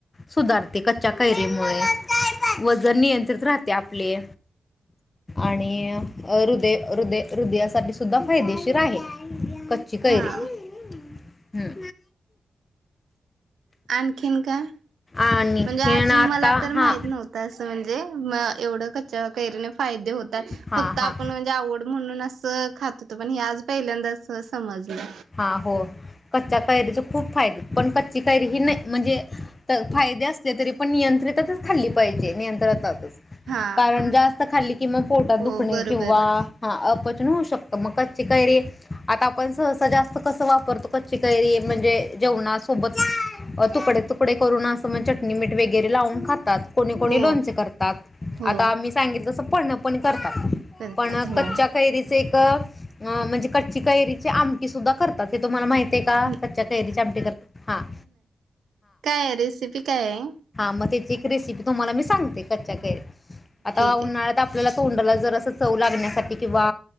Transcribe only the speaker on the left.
सुधारते कच्च्या कैरीमुळे वजन नियंत्रित राहते आपले आणि अ हृदय हृदय हृदयासाठी सुध सुद्धा फायदेशीर आहे कच्ची कैरी
हम्म.
आणखीन
आता
हा
हा
हा
हां हो. कच्च्या कैरीचे खूप फायदे पण कच्ची कैरी ही ने म्हंजे त फायदे असले तरीपण नियंत्रिततच खाल्ली पाहिजे नियंत्रतात.
कारण जास्त खाल्ली कि म पोटात
दुखणे
किंवा
हां अप पचन हुऊ शकतं मग कच्ची कैरी आता आपण सहसा जास्त कसं वापरतो कच्ची कैरी म्हंजे जेवणासोबत अ तुकडे तुक डे करून असम चटणी मीठ वेग गेरे लाउन खातात कोणी कोणी
लोणचे करतात
आता आम्ही सांगितल पन्ह पण करतात.
पण
कच्च्या कैरीच एक तर अं म्हंजे कच्ची कैरीची आमटी सुद्धा करतात हे तुम्हाला माहित तेका
कच्च्या कैरीची आमटी करतात हां.
म तेची एक रेसिपी तुम्हाला मी सांगते कच्च्या कै आता
उन्हाळ्यात
आपल तोंडाला जरासं चव लागण्यासाठी किंवा